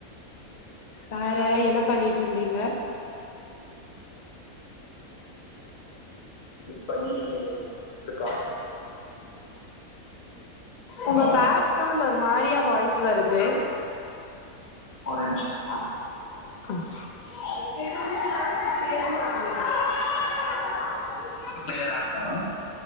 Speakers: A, on the left; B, on the left.
A: வேற என்ன பண்ணிட்டு இருந்தீங்க
B: பணி எரிமழை செரி பாய் ஹலோ
A: உங்க பேக்ரவுண்ட்ல ஒரு மாரியா வாய்ஸ் வருது
B: ஒரு நிமிஷம்
A: ஆஹாங்
B: இப்ப கிளியரா இருக்கா மேம்